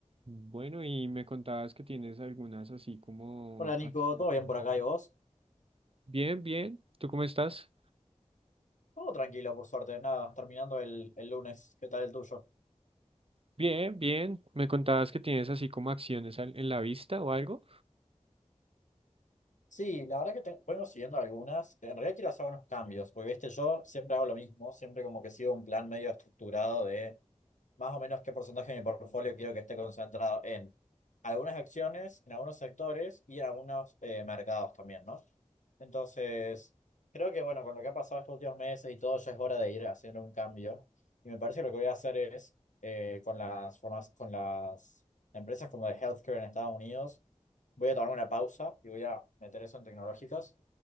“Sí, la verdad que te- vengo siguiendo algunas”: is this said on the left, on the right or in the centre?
Left